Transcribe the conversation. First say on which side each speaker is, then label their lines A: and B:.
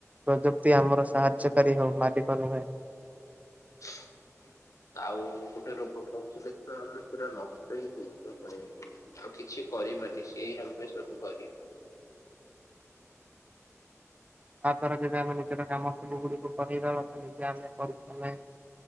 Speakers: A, on the right; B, on the left.
A: ପ୍ରଯୁକ୍ତି ଆମର ସାହାଯ୍ୟକାରୀ ହଉ ମାଲିକ ନୁହେଁ।
B: ହୁଁ। <inaudible> ଆଉ ଗୋଟେ ରୋବୋଟ ରଖିଲେ ଆମେ ପୁରା ନଷ୍ଟ ହିଁ ହେଇଥିବା କହିବା ଆଉ କିଛି କରିବନି ସେ ଆମ ପାଇଁ ସବୁ କରିବ।
A: ତା ଦ୍ଵାରା ଯଦି ଆମେ ନିଜର କାମ ସବୁ ଗୁଡିିକ କରିବା ନିଜେ ଆମେ ପରିଶ୍ରମରେ